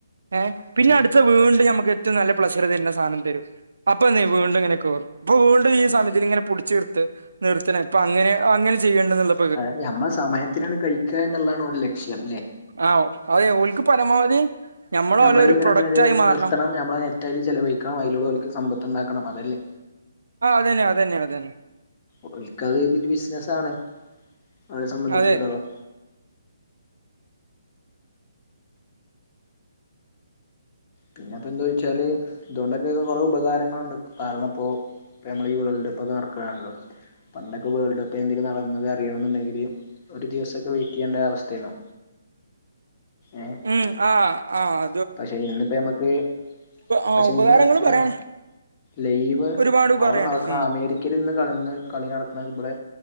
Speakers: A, on the right; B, on the left.
A: ഏഹ് പിന്നെ
B: ഉം
A: അടുത്ത വീണ്ടും നമ്മുക്ക് ഏറ്റവും നല്ല പ്ലഷർ തരുന്ന സാധനം തരും അപ്പോന്നെ വീണ്ടും ഇങ്ങനെ. അപ്പോ വീണ്ടും ഈ സമയത്തിനെ ഇങ്ങനെ പുടിച്ച് നിർത്ത് നിർത്തണ ഇപ്പ അങ്ങനെ അങ്ങനെ ചെയ്യുന്നുണ്ട് എന്നുള്ള
B: അതായത് നമ്മളെ സമയത്തിനാണ് കഴിക്കുക എന്നുള്ളതാണ് ഒലെ ലക്ഷ്യം അല്ലേ?
A: ആഹ് അതെ ഓല്ക്ക് പരമാവധി ഞമ്മള്
B: നമ്മളതിലിങ്ങനെ
A: ഓലെ ഒരു പ്രൊഡക്റ്റ്
B: നില
A: ആയി മാറണം.
B: നിർത്തണം നമ്മളെ നെറ്റായില് ചിലവഴിക്കണം അതിലൂടെ ഓല്ക്ക് സമ്പത്ത് ഉണ്ടാക്കണം അതല്ലേ.
A: ആഹ് അതന്നെ അതന്നെ അതന്നെ.
B: ഓല്ക്ക് അത് ഒരു ബിസിനസാണ് അവരെ സംബന്ധിച്ചടുത്തോളം.
A: അതെ
B: പിന്നെപ്പോ എന്താ ചോയിച്ചാല് ഇതൊണ്ടെക്കെ കുറെ ഉപകാരങ്ങളുണ്ട് കാരണം ഇപ്പോ. ഇപ്പോ നമ്മള് ഈ വേൾഡ്കപ്പോക്കെ നടക്കാണല്ലോ പണ്ടൊക്കെ വേൾഡ് കപ്പ് എന്തെലും നടന്നത് അറിയണെന്നുണ്ടെങ്കില്. ഒരു ദിവസൊക്കെ വെയിറ്റ് ചെയ്യേണ്ട അവസ്ഥയിനു ഏഹ്.
A: ഉം ആഹ് ആഹ്.
B: പക്ഷേ ഇന്നിപ്പോ നമ്മക്ക്
A: ആ
B: പക്ഷേ
A: ഉപകാരങ്ങൾ
B: ഇന്ന് ഇതാ.
A: പറയാൻ
B: ലൈവ്
A: ഒരുപാട്
B: അവിടെ
A: പറയാണ്ട്
B: നടക്കുന്ന
A: ഉം
B: അമേരിക്കയിൽ ഇന്ന് കളിയിന്ന് കളി നടക്കുന്ന ഇവിടെ.